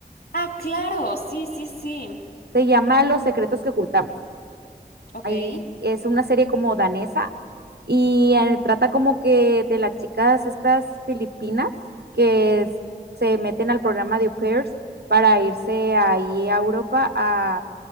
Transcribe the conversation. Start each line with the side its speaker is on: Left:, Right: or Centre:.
Left: Ah, claro, sí, sí, sí.
Right: Se llama Los secretos que ocultamos.
Left: Ok.
Right: Ahí es una serie como danesa y eh, trata como que de las chicas estas filipinas que s- se meten al programa de au pairs para irse ahí a Europa a,